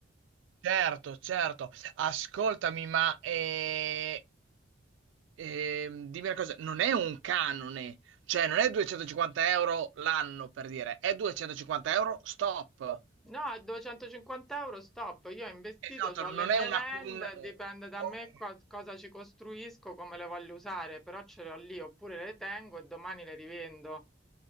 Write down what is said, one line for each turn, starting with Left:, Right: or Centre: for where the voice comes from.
Right: Certo, certo. Ascoltami, ma eh, ehm, dimmi una cosa, non è un canone, cioè non è 250 euro l'anno per dire, è 250 euro stop.
Centre: No, 250 euro stop, io ho investito,
Right: Esatto,
Centre: ho le
Right: non
Centre: mie
Right: è una...
Centre: land,
Right: Un...
Centre: dipende da
Right: Ok.
Centre: me co- cosa ci costruisco, come le voglio usare, però ce le ho lì, oppure le tengo e domani le rivendo.